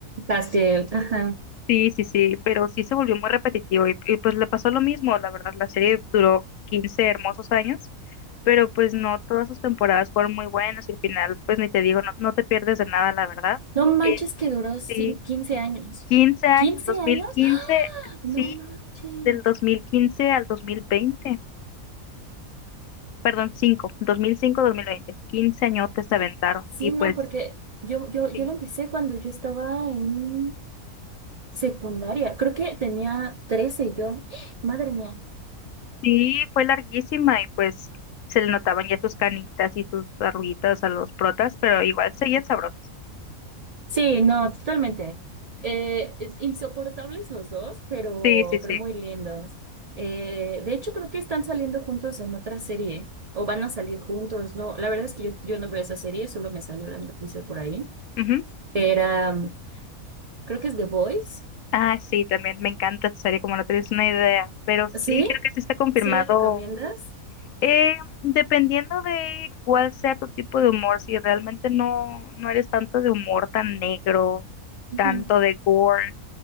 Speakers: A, on the right (about 80°); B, on the left (about 70°).
A: Pastel, ajá.
B: Sí, sí, sí, pero sí se volvió muy repetitivo y, y, pues le pasó lo mismo, la verdad, la serie duró 15 hermosos años, pero pues no todas sus temporadas fueron muy buenas y al final, pues ni te digo, no, no te pierdes de nada, la verdad.
A: No manches
B: Eh,
A: que duró cin-
B: sí,
A: 15 años.
B: 15 años,
A: quince
B: dos
A: años?
B: mil quince
A: No
B: sí,
A: manches.
B: del 2015 al dos mil veinte perdón, 5, 2005-2020, 15 añotes se aventaron
A: Sí,
B: y pues...
A: no, porque yo, yo, yo
B: sí.
A: lo empecé cuando yo estaba en secundaria. Creo que tenía 13 yo. <gasps> Madre mía.
B: Sí, fue larguísima y pues se le notaban ya sus canitas y sus arruguitas a los protas, pero igual seguían sabrosos.
A: Sí, no, totalmente. Eh, es- insoportables los dos, pero,
B: Sí, sí, sí.
A: pero muy lindos. Eh, de hecho, creo que están saliendo juntos en otra serie, o van a salir juntos. No, la verdad es que yo, yo no veo esa serie, solo me salió la noticia por ahí.
B: Ujú.
A: Era, mm, creo que es The Voice.
B: Ah, sí, también me encanta esa serie, como no tienes una idea, pero sí,
A: ¿Sí?
B: creo que sí está confirmado.
A: ¿Sí la recomiendas?
B: Eh, dependiendo de cuál sea tu tipo de humor, si realmente no, no eres tanto de humor tan negro,
A: Ujú.
B: tanto de gore,